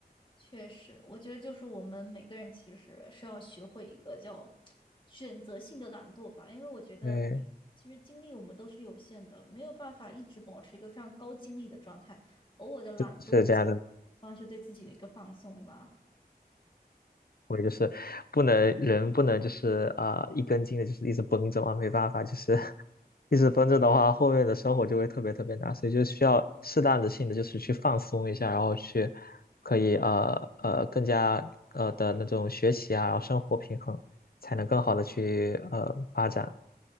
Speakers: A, on the left; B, on the left.
A: 确实，我觉得就是我们每个人其实是要学会一个叫选择性的懒惰吧，因为我觉得每其实精力我们都是有限的，
B: 对，
A: 没有办法一直保持一个非常高精力的状态，偶尔的懒惰其实算是对自己的一个放松啦。
B: 是这样的。我就是不能人不能就是啊、一根筋的，就是一直绷着嘛，没办法，就是 <laughs> 一直绷着的话，后面的生活就会特别特别难，所以就需要适当的性的就是去放松一下，然后去可以呃呃更加呃的那种学习啊，然后生活平衡，才能更好的去呃发展。